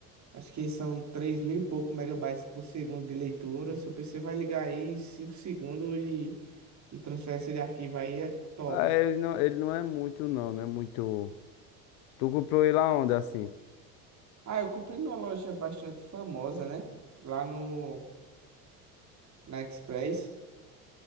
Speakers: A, on the right (about 40°); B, on the left (about 70°).
A: acho que são três mil e pouco megabytes por segundo de leitura. Seu PC vai ligar aí em 5 segundos e, e transferência de arquivo aí é top.
B: Ah, ele não, ele não é muito, não, não é muito... Tu comprou ele aonde, assim?
A: Ah, eu comprei numa loja bastante famosa, né? Lá no, na Express,